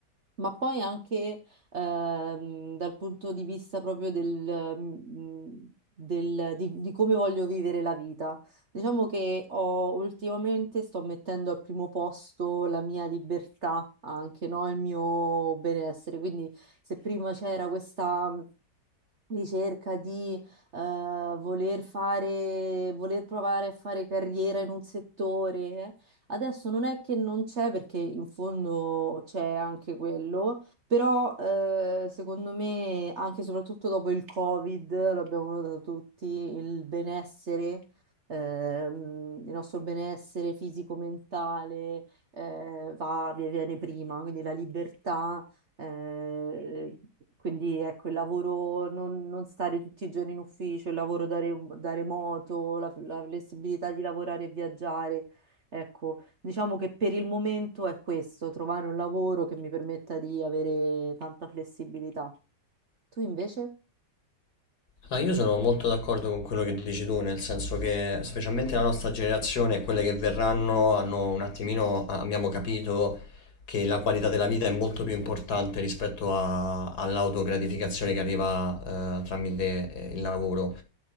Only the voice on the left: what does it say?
Ah, io sono molto d'accordo con quello che dici tu, nel senso che specialmente la nostra generazione e quelle che verranno hanno un attimino, ah, abbiamo capito che la qualità della vita è molto più importante rispetto a- all'autogratificazione che arriva eh, tramite eh, il lavoro.